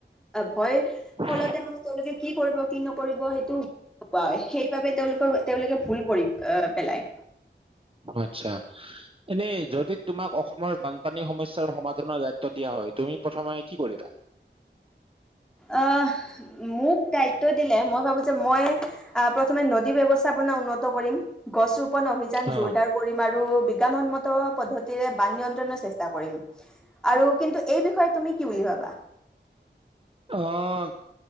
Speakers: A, in the centre; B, on the right.
A: ভয়তে
B: হয়
A: ল মানে তেওঁলোকে কি কৰিব কি নকৰিব সেইটো সেইবাবে তেওঁলোকে তেওঁলোকে ভুল কৰি অ পেলায়
B: আচ্ছা এনে যদি তোমাক অসমৰ বানপানীৰ সমস্যাৰ সমাধানৰ দায়িত্ব দিয়া হয় তুমি প্ৰথমে কি কৰিবা
A: অ মোক দায়িত্ব দিলে মই ভাবো যে মই প্ৰথমে নদী ব্যৱস্থাপনা উন্নত কৰিম গছ ৰো অভিযান
B: অ
A: জোৰদাৰ কৰিম আৰু বিজ্ঞানসন্মত পদ্ধতিৰে বান নিয়ন্ত্ৰণৰ চেষ্টা কৰিম আৰু কিন্তু এই বিষয়ে তুমি কি বুলি ভাবা
B: আহ